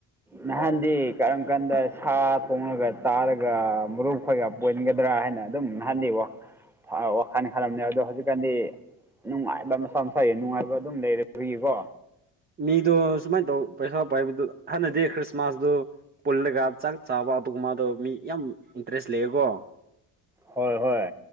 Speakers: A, in the centre; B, on the right.
A: ꯅꯍꯥꯟꯗꯤ ꯀꯔꯝ ꯀꯥꯟꯗ ꯁꯥ ꯄꯣꯡꯂꯒ ꯇꯥꯔꯒ ꯃꯔꯨꯞ ꯈꯣꯏꯒ ꯄꯣꯏꯒꯗ꯭ꯔꯥ ꯍꯥꯏꯅ ꯑꯗꯨꯝꯍꯜꯂꯤꯕꯣ ꯋꯥꯈꯥꯟꯅꯤ ꯈꯅꯦ ꯑꯗꯣ ꯍꯧꯖꯤꯛꯀꯥꯟꯗꯤ ꯅꯨꯡꯉꯥꯏꯕ ꯃꯁꯥ ꯃꯁꯥꯒꯤ ꯅꯨꯡꯉꯥꯏꯕ ꯑꯗꯨꯝ ꯂꯩꯔꯒꯤꯀꯣ
B: ꯃꯤꯗꯣ ꯁꯨꯃꯥꯏꯅ ꯇꯧ ꯄꯩꯁꯥ ꯄꯥꯏꯕꯗꯨ ꯍꯥꯟꯅꯗꯤ ꯈ꯭ꯔꯤꯁꯃꯥꯁꯇꯣ ꯄꯨꯜꯂ ꯀ ꯆꯥꯛ ꯆꯥꯕ ꯑꯗꯨ ꯃꯥꯗꯨ ꯃꯤ ꯌꯥꯝ ꯏꯟꯇꯔꯦꯁ ꯂꯩꯌꯦꯒꯣ
A: ꯍꯣꯏ ꯍꯣꯏ